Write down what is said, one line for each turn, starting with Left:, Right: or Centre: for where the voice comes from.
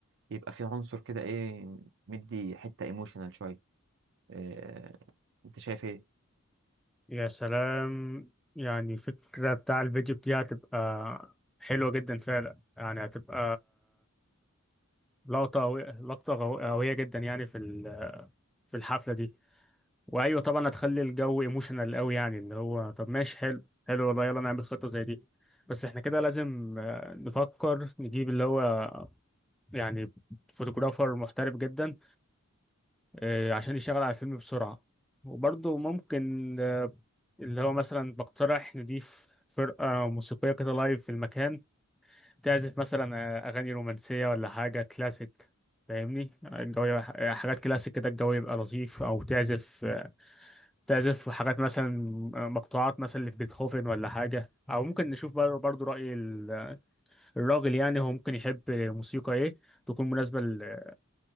Right: يبقى في عنصر كده ايه مدي حتة ايموشنال شوية إيه... انت شايف ايه؟
Centre: يا سلام يعني فكرة بتاع الفيديو دي هتبقى حلوة جدا فعلا يعني هتبقى لقطة قوية لقطة قوية جدا يعني في ال- في الحفلة دي وايوه طبعا هتخلي الجو ايموشنال قوي يعني اللي هو طب ماشي حلو حلو والله يلا نعمل خطه زي دي بس احنا كده لازم آه، نفكر نجيب اللي هو يعني فوتوغرافر محترف جدا آه، عشان يشتغل على الفيلم بسرعه وبرضه ممكن آه، اللي هو مثلا بقترح نضيف فرقه موسيقيه كده لايف في المكان تعزف مثلا آه، اغاني رومانسيه ولا حاجه كلاسيك فاهمني الجو يبقى- حاجات كلاسيك كده الجو يبقى لطيف او تعزف تعزف حاجات مثلا مقطوعات مثلا اللي في بيتهوفن ولا حاجة أو ممكن نشوف بر- برضو رأي ال- الراجل يعني هو ممكن يحب موسيقى إيه تكون مناسبة ل...